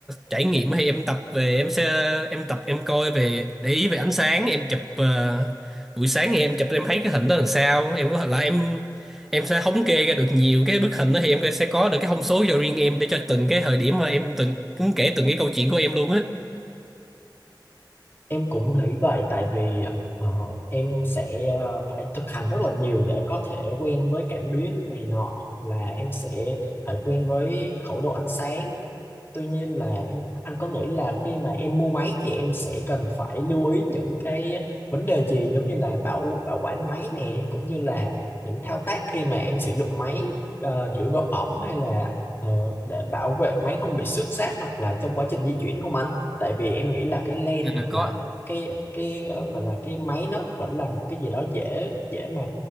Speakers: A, in the centre; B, on the left.
A: trải nghiệm thì em tập về em sẽ em tập em coi về để ý về ánh sáng em chụp ờ, buổi sáng thì em chụp em thấy cái hình đó làm sao em có thể là em em sẽ thống kê ra được nhiều cái bức hình đó thì em sẽ có được cái thông số cho riêng em để cho từng cái thời điểm mà em từng cũng kể từng cái câu chuyện của em luôn á
B: Em cũng nghĩ vậy tại vì ờ, em sẽ ờ, phải thực hành rất là nhiều để có thể quen với cảm biến này nọ hoặc là em sẽ phải quen với khẩu độ ánh sáng tuy nhiên là em anh có nghĩ là khi mà em mua máy thì em sẽ cần phải lưu ý những cái vấn đề gì giống như là bảo bảo quản máy nè cũng như là những thao tác khi mà em sử dụng máy ờ, giữ độ ẩm hay là ờ, để bảo vệ máy không bị xước xát hoặc là trong quá trình di chuyển không anh? Tại vì em nghĩ là cái len
A: Ừ,
B: hoặc
A: có
B: là cái cái ờ, gọi là cái máy nó vẫn là một cái gì đó dễ dễ mà